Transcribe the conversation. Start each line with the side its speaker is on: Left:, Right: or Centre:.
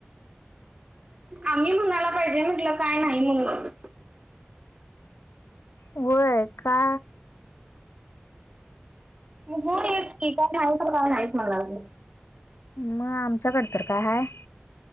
Right: आम्ही म्हणायला पाहिजेल. काय नाही म्हणून
Left: व्हयं का,
Right: मग बोलचं की <unintelligible>
Left: मग आमच्याकड तर काय हाय.